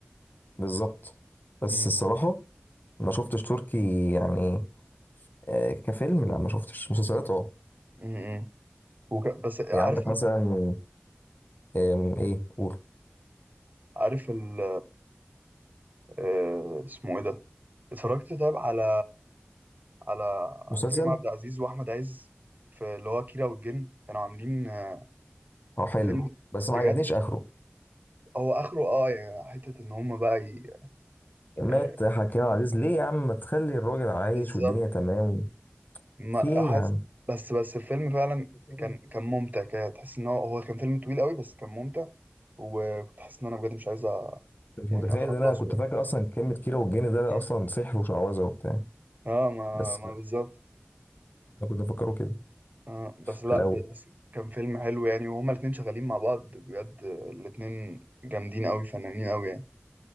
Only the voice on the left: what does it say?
بالظبط بس
الصراحه ما شفتش تركي يعني آه، كفيلم لا ما شفتش مسلسلات اه
يعني عندك مثلا آم، ايه قول
مسلسل
اه حلو
بس
ما عجبنيش اخره
مات
حكيم عبد العزيز ليه يا عم ما تخلي الراجل عايش
والدنيا تمام
في ايه
يا عم
أنت
مش
متخيل
ان انا كنت
فاكر اصلا كلمه كيرة والجن ده
اصلا سحر وشعوذه وبتاع
بس
انا كنت افكره كده
في الاول